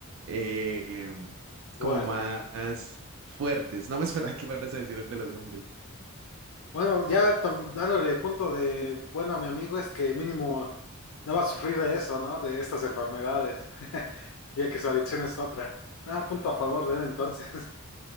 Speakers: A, on the right; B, on the left.
A: eh,
B: Fuerte.
A: como más fuertes. No me esperaba que fueras a decir el de los hombres.
B: Bueno, ya to- dándole punto de, bueno, a mi amigo es que mínimo no va a sufrir de eso, ¿no? De estas enfermedades, <laughs> ya que su adicción es otra. Nada, punto a favor de él entonces. <laughs>